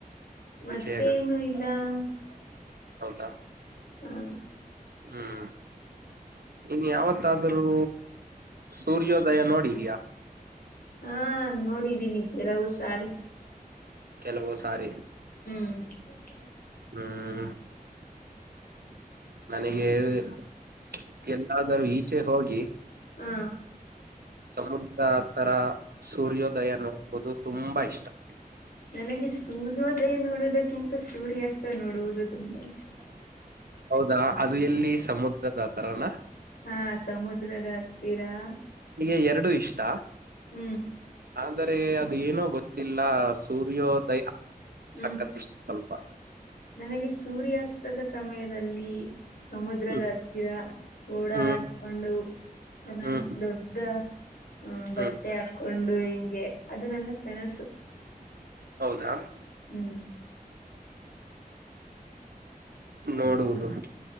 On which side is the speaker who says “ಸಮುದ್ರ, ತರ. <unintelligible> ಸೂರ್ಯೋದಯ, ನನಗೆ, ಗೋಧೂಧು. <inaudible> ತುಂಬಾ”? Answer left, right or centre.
Right